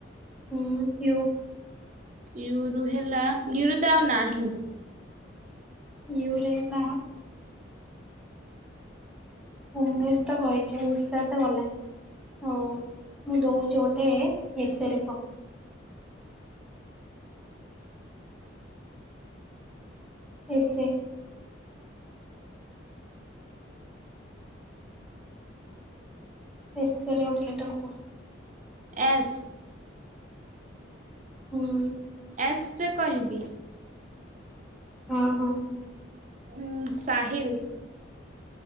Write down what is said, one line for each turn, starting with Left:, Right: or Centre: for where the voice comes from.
Centre: ହୁଁ ୟୁ।
Right: ୟୁରୁ ହେଲା ୟୁ ରେ ତ ଆଉ ନାହିଁ।
Centre: ୟୁ ରେ ହେଲା ଉମେଶ ତ କହିଛ ଉଷା ତ ଗଲା ହଉ ମୁଁ ଦଉଛିୁ ଗୋଟେ ଏସରେ କହ? ଏସେ ଏସେ ରେ ଗୋଟେ ଲେଟର କହ?
Right: ଏସ୍
Centre: ହୁଁ।
Right: ଏସରେ କହିବି
Centre: ହଁ ହଁ।
Right: ଉଁ ସାହିିଲି।